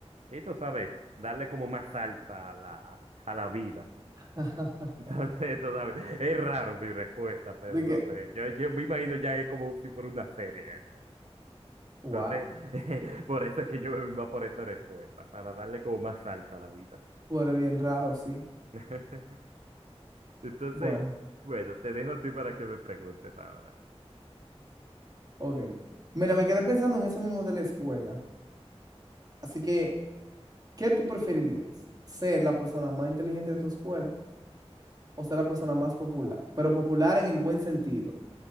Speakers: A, on the right (about 80°); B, on the right (about 35°).
A: Y tú sabes, darle como más salsa a la, a la vida.
B: <laughs>
A: <laughs> Entonces, tú sabes, es raro mi respuesta, pero
B: De que,
A: no sé, yo, yo me imagino ya es como si fuera una serie. ¿no?
B: wow,
A: Entonces, <laughs> por eso es que yo me voy más por esa respuesta, para darle como más salsa a la vida.
B: tú eres bien raro, sí.
A: <laughs> Entonces,
B: Bueno,
A: bueno, te dejo a ti para que me preguntes ahora.
B: ok. Mira, me quedé pensando en eso mismo de la escuela. Así que, ¿qué tú preferirías? ¿Ser la persona más inteligente de tu escuela o ser la persona más popular? Pero popular en el buen sentido.